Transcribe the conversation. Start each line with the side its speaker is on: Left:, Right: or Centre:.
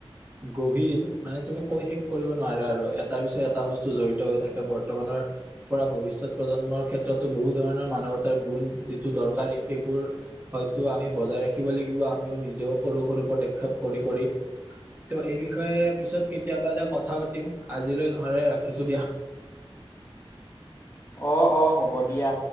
Right: গভীৰ মানে তুমি কৈ শেষ কৰিব নোৱাৰা আৰু এটাৰ পিছত এটা বস্তু জড়িত হৈ থাকে বৰ্তমান মানুহৰ পৰা ভৱিষ্যত প্ৰজন্মৰ ক্ষেত্ৰতো বহু ধৰণৰ মানৱতাৰ গুণ যিটো দৰকাৰী সেইবোৰ হয়তো আমি বজাই ৰাখিব লাগিব আমিও নিজেও সৰু সৰু পদক্ষেপ কৰি কৰি তো এই বিষয়ে পিছত কেতিয়াবালৈ কথা পাতিম আজিলৈ নহ'লে ৰাখিছোঁ দিয়া। <inaudible>
Left: অ' অ' হ'ব দিয়া।